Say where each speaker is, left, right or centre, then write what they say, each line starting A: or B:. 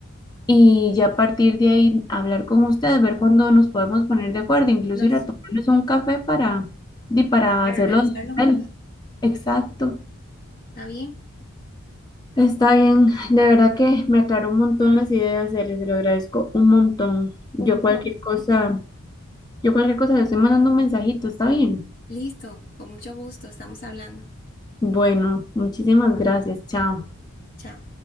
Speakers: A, on the left; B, on the left.
A: y ya a partir de ahí hablar con ustedes, ver cuándo nos podemos poner de acuerdo, incluso
B: Nos,
A: ir a tomarnos un café para, di, para
B: para
A: hacerlo
B: revisarlo
A: digital.
B: juntas,
A: Exacto.
B: ¿está bien?
A: Está bien, de verdad que me aclaró un montón las ideas, se les lo agradezco un montón. Yo
B: Con mucho
A: cualquier
B: gusto.
A: cosa, yo cualquier cosa les estoy mandando un mensajito, ¿está bien?
B: Listo, con mucho gusto, estamos hablando.
A: Bueno, muchísimas gracias, chao.
B: Chao.